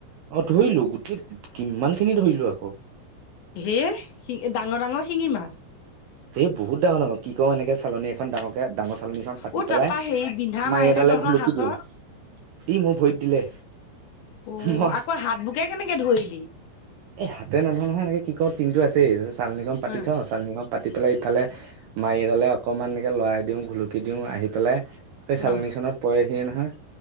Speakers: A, on the right (about 80°); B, on the left (about 75°).
A: অ ধৰিলো গোটেই কিমান খিনি ধৰিলো আকৌ
B: হে শিঙ ডাঙৰ ডাঙৰ শিঙি মাছ
A: সেই বহুত ডাঙৰ ডঙৰ কি কওঁ এনেকে চালনী এখন ডাঙকে ডাঙৰ চালনীখন পাতি
B: অ
A: পেলাই
B: তাৰপা হেৰি বিন্ধা
A: মায়ী
B: নাই
A: এডালে
B: নে তহঁতৰ
A: ঘুলুকি
B: হাতত
A: দিওঁ ই মোক ভৰিত দিলে
B: উ
A: মই
B: আকৌ হাত বোকে কেনেকে ধৰিলি
A: এ হাতে নধ নহয় এনেকে কি ক তিন্তটো আছে চালননিখন পাতি
B: আহ
A: থওঁ চালনিখনম পাতি পেলাই ইফালে মাৰি এডালে অকণমান এনেকে লৰাই দিওঁ ঘুলুকি দিওঁ আহি পেলাই এই চালনীখনত
B: অহ
A: পৰেহিয়ে নহয়